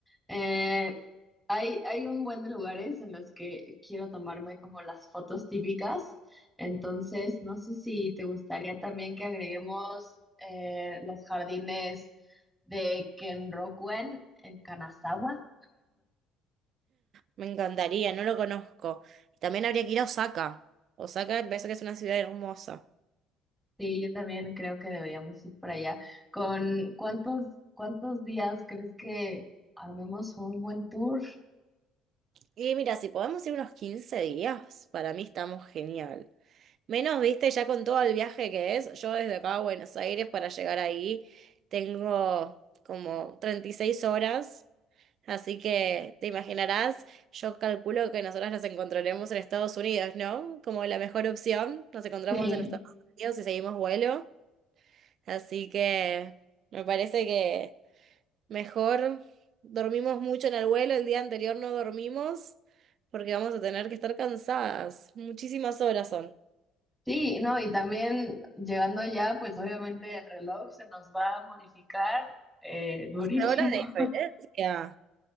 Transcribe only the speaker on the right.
Me encantaría, no lo conozco. También habría que ir a Osaka. Osaka, me parece que es una ciudad hermosa.
Y mira, si podemos ir unos 15 días, para mí estamos genial. Menos, viste, ya con todo el viaje que es, yo desde acá a Buenos Aires para llegar ahí tengo como 36 horas, así que te imaginarás, yo calculo que nosotros nos encontraremos en Estados Unidos, ¿no? Como la mejor opción, nos encontramos
en Estados Unidos y seguimos vuelo, así que me parece que... Mejor dormimos mucho en el vuelo, el día anterior no dormimos porque vamos a tener que estar cansadas. Muchísimas horas son.
¿Qué hora
de diferencia?